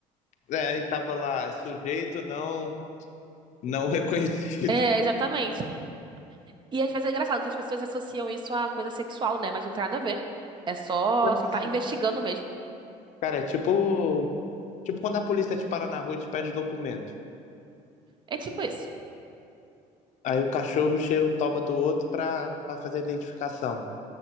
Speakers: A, on the left (about 60°); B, on the right (about 35°).
A: É, e tava lá, é sujeito não, não <laughs> reconhecido.
B: É, exatamente. E às vezes é engraçado que as pessoas associam isso a coisa sexual, né? Mas não tem nada a ver. É só,
A: Nossa,
B: só tá investigando mesmo.
A: cara, é tipo, tipo quando a polícia te para na rua e te pede documento.
B: É tipo isso.
A: Aí o cachorro cheira o toba do outro pra, pra fazer a identificação.